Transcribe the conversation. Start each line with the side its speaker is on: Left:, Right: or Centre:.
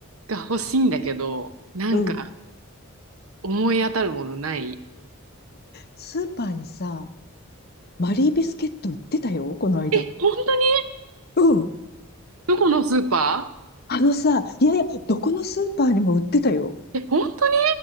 Right: う、が欲しいんだけど、なんか
Left: うん。
Right: 思い当たるものない。
Left: スーパーにさ、マリービスケット売ってたよ、この間。
Right: え、本当に
Left: うん。
Right: どこのスーパ
Left: あのさ、いやいや、どこのスーパーにも売ってたよ。
Right: ーえ、本当に